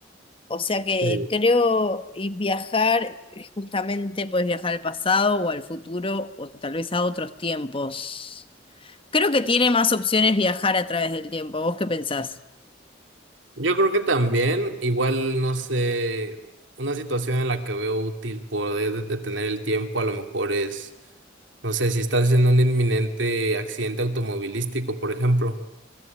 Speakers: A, on the left; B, on the right.
A: O sea que
B: Sí.
A: creo y viajar, eh, justamente puedes viajar al pasado o al futuro o tal vez a otros tiempos. Creo que tiene más opciones viajar a través del tiempo. ¿Vos qué pensás?
B: Yo creo que también, igual, no sé, una situación en la que veo útil poder de- detener el tiempo a lo mejor es, no sé, si estás en un inminente accidente automovilístico, por ejemplo